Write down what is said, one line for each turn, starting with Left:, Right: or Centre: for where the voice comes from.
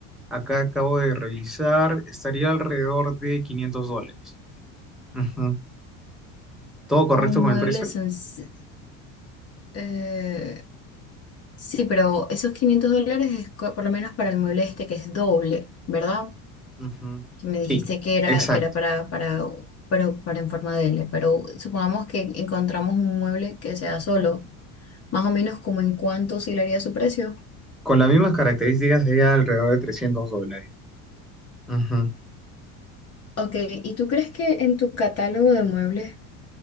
Centre: acá acabo de revisar, estaría alrededor de 500 dólares. Ujú. ¿Todo correcto
Left: Un
Centre: con
Left: mueble
Centre: el precio?
Left: sencillo. Eh, sí, pero esos 500 dólares es co- por lo menos para el mueble este que es doble, ¿verdad?
Centre: Ujú.
Left: Que me dijiste
Centre: Sí,
Left: que era,
Centre: exacto.
Left: que era para, para, pero para en forma de L, pero supongamos que encontramos un mueble que sea solo, más o menos como en cuánto oscilaría su precio.
Centre: Con las mismas características sería alrededor de 300 dólares. Ujú.
Left: Ok, ¿y tú crees que en tu catálogo de muebles